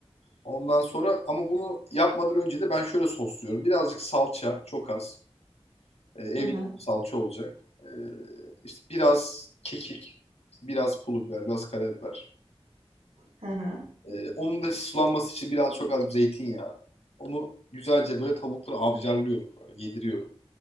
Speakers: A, on the left; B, on the right.
A: Ondan sonra ama bunu yapmadan önce de ben şöyle sosluyorum. Birazcık salça, çok az. Ee, ev
B: Hı hı.
A: yapımı salça olacak. Ee, işte biraz kekik, biraz pul biber, biraz karabiber.
B: Hı hı.
A: Ee, onun da sulanması için biraz çok az zeytinyağı. Onu güzelce böyle tavukları avcarlıyorum böyle, yediriyorum.